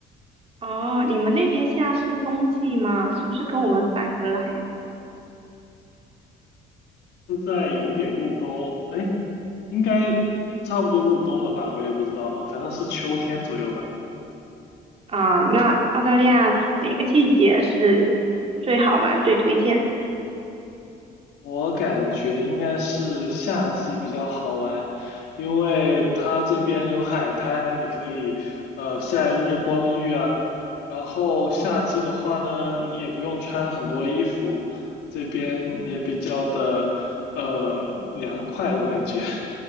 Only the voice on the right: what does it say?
哦，你们那边现在是冬季吗？是不是跟我们反着来呀？
啊，那澳大利亚哪个季节是最好玩、最推荐的呀？